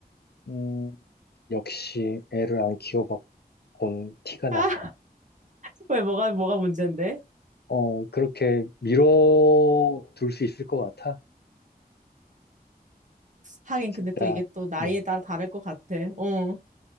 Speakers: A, on the left; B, on the right.
A: 음, 역시 애를 안 키워봐 본 티가 나요.
B: <laughs> 왜 뭐가 뭐가 문제인데?
A: 어, 그렇게 밀어둘 수 있을 것 같아.
B: 하긴
A: 진짜,
B: 근데 또 이게 또 나이에
A: 음.
B: 따라 다를 것 같아. 어,